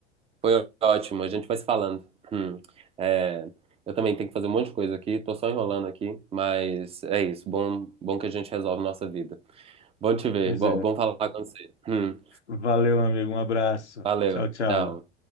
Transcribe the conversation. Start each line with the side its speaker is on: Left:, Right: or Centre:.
Right: Foi ótimo, a gente vai se falando. Hum. É, eu também tenho que fazer um monte de coisa aqui, tô só enrolando aqui, mas é isso. Bom, bom que a gente resolve nossa vida. Bom te ver.
Left: Pois
Right: Bom,
Left: é.
Right: bom falar com você. Hum,
Left: Valeu, amigo. Um abraço.
Right: valeu.
Left: Tchau, tchau.
Right: Tchau.